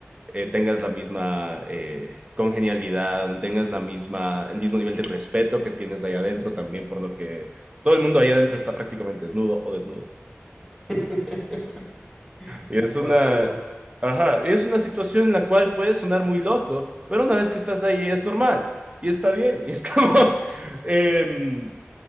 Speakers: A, on the right; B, in the centre.
A: eh, tengas la misma eh, congenialidad, tengas la misma, el mismo nivel de respeto que tienes allá adentro también, por lo que todo el mundo allá adentro está prácticamente desnudo o desnudo
B: <laughs>
A: y Es
B: Tal cual,
A: una,
B: tal cual.
A: ajá, y es una situación en la cual puede sonar muy loco, pero una vez que estás ahí es normal y está bien. Y es como <laughs> em,